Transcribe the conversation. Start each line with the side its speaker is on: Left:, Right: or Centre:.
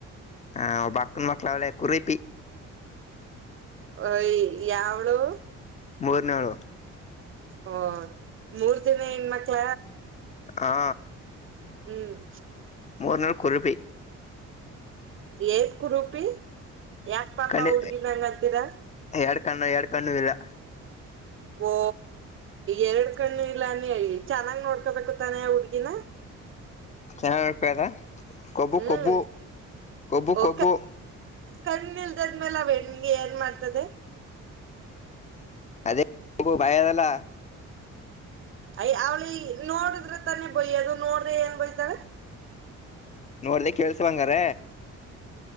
Left: ಹಾ ಒಬ್ಬ ಅಕ್ಕನ ಮಕ್ಳಾವಳೆ ಕುರಿಪಿ
Right: ಯ್ ಯಾವಳು
Left: ಮೂರನೇ ಅವಳು
Right: ಓ ಮೂರ್ ಜನ ಹೆಣ್ಮಕ್ಳ
Left: ಹಾ
Right: ಹ್ಮ್
Left: ಮೂರುನಾಲ್ ಕುರಿಪಿ
Right: ಎತ್ ಕುುರಪಿ ಯಾಕ ಪಾಪ
Left: ಕಣ್ಣಿ
Right: ಹುಡ್ಗಿ ಹಿಂಗಂತೀರಾ
Left: ಎರಡ್ ಕಣ್ಣು ಎರಡ್ ಕಣ್ಣು ಇಲ್ಲ
Right: ಓ ಎರಡ್ ಕಣ್ಣು ಇಲ್ಲ ನೀ ಚೆನ್ನಾಗ್ ನೋಡ್ಕೊಬೇಕು ತಾನೆ ಹುಡ್ಗಿನ
Left: ಚೆನ್ನಾಗ್ ನೋಡ್ಕದ ಕೊಬ್ಬು
Right: ಹ್ಮ್
Left: ಕೊಬ್ಬು ಕೊಬ್ಬು
Right: ಒ
Left: ಕೊಬ್ಬು
Right: ಕಣ್ಣಲ್ ಇದಾದ್ಮೇಲೆ ಅವೆಣ ಏನ್ ಮಾಡ್ತದೆ
Left: ಅದೇ ಹು ಭಯ ಅದಲ್ಲ
Right: ಅಯ ಅವ್ಳಿ ನೋಡಿದ್ರೆ ತಾನೆ ಬಯ ಅದು ನೋಡ್ರೆ ಹೆಂಗ ಬಯ್ತಾರೆ
Left: ನೋಡ್ದ ಕೇಳ್ಸಂಗಾರ